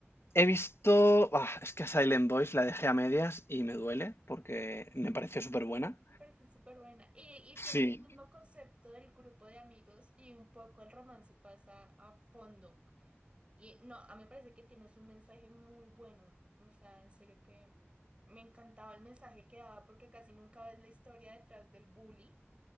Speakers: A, on the left; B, on the right.
A: he visto. ah, es que a Silent Boys la dejé a medias y me duele porque me pareció súper buena.
B: Me parece súper buena. Y, y tiene
A: Sí,
B: el mismo concepto del grupo de amigos y un poco el romance pasa a fondo. Y no, a mí me parece que tienes un mensaje muy bueno. O sea, en serio que me encantaba el mensaje que daba porque casi nunca ves la historia detrás del bully.